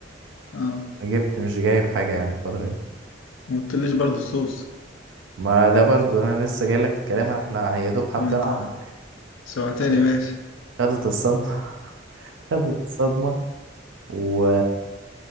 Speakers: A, on the left; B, on the right.
A: اه
B: فجبت مش جايب حاجة يعني الفترة دي
A: ما قلتليش برضو الصوص
B: ما ده برضو انا لسه جاي لك في الكلام احنا يا دوب حطينا
A: ما انت
B: على النار
A: سوعتني
B: خدت
A: ماشي
B: خدت الصدمة <laughs> خدت الصدمة و